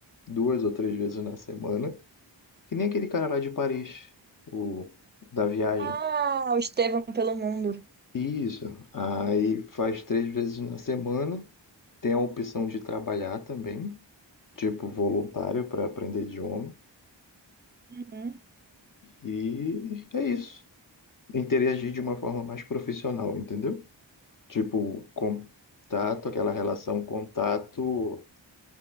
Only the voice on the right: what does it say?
Ah, o Estevão pelo mundo.
Uhum.